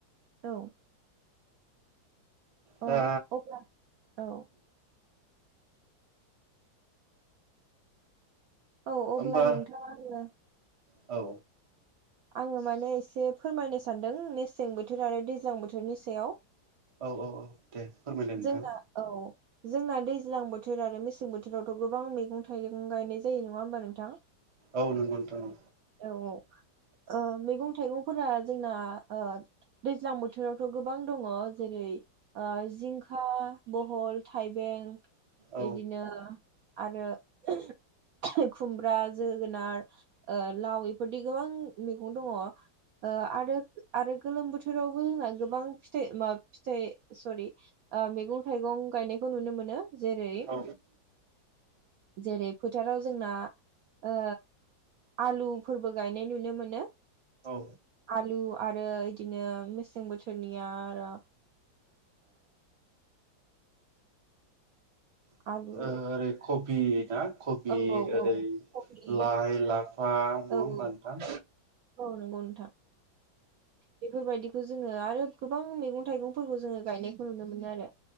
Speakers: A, on the right (about 75°); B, on the right (about 50°).
A: औ औ
B: दा
A: अ अब्ला औ औ अब्ला
B: होमबा
A: नोंथाङा
B: औ
A: आङो माने एसे फोरमायनो सानदों मेसें बोथोर आरो दैज्लां बोथोरनि सायाव।
B: औ औ औ दे फोरमायलाय नोंथां।
A: जोंना औ जोंना दैज्लां बोथोर आरो मेसें बोथोरावथ' गोबां मैगं- थाइगं गायनाय जायो नङा होमबा नोंथां?
B: औ नंगौनोथ' औ।
A: औ औ। ओं मैगं- थाइगंफोरा जोंना आ दैज्लां बोथोरावथ' गोबां दङ जेरै ओ जिंखा बहल, थाइबें
B: औ
A: इदिनो आरो खुमब्रा जोगोनार ओ लाव इफोरदि गोबां मैगं दङ। ओ आरो आरो गोलोम बोथोरावबो जोंना गोबां फिथाइ मा फिथाइ सरि मैगं- थाइगं गायनायखौ नुनो मोनो। जेरै
B: औ
A: जेरै फोथाराव जोंना ओ आलुफोरबो गायनाय नुनो मोनो। <unintelligible>
B: औ
A: आलु आरो इदिनो मेसें बोथोरनिया आरो
B: <unintelligible>
A: आलु
B: कपि ना कबि
A: औ औ
B: ओरै
A: औ कबि
B: लाइ <unintelligible> ह म नङा होनबा
A: औ औ
B: नोंथां?
A: औ नंगौ नोंथां। बेफोरबायदि जोङो आरो गोबां मैगं -थाइगंफोरखौ जोङो गायनायखौ नुनो मोनो आरो।